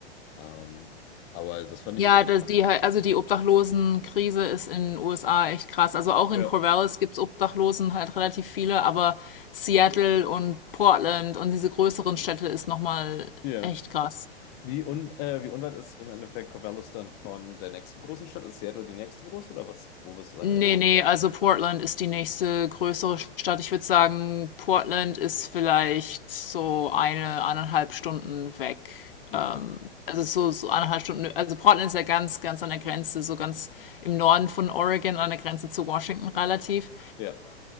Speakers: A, on the left; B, on the left.
A: Ähm, aber das fand ich,
B: Ja, das, die, also die Obdachlosenkrise ist in den USA echt krass. Also auch in
A: ja,
B: Corvallis gibt's Obdachlosen halt relativ viele, aber Seattle und Portland und diese größeren Städte ist nochmal
A: ja.
B: echt krass.
A: Wie, un, äh, wie unweit ist im Endeffekt Corvallis dann von der nächsten großen Stadt? Ist Seattle die nächste große oder was? Wo bist du?
B: Nee, nee, also Portland ist die nächste größere Stadt. Ich würde sagen, Portland ist vielleicht so eine, eineinhalb Stunden weg.
A: Mhm.
B: Ähm, also so, so eineinhalb Stunden. Also Portland ist ja ganz, ganz an der Grenze, so ganz im Norden von Oregon, an der Grenze zu Washington relativ.
A: Ja.